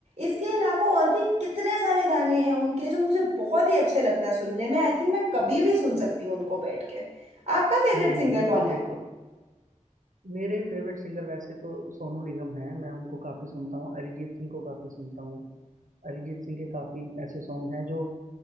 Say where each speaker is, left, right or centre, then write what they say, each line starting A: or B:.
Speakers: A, on the right (about 50°); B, on the right (about 80°).
A: इसके अलावा और भी कितने सारे गाने हैं उनके जो मुझे बहुत ही अच्छे लगते हैं सुनने में आई थिंक मैं कभी भी सुन सकती हूँ उनको बैठ के आपका फेवरेट
B: हम्म
A: सिंगर
B: हम्म बिल्कुल
A: कौन है
B: बिल्कुल मेरे फेवरेट सिंगर वैसे तो सोनू निगम हैं मैं उनको काफी सुनता हूँ अरिजीत सिंह को काफी सुनता हूँ अरिजीत सिंह के काफी ऐसे सॉन्ग हैं जो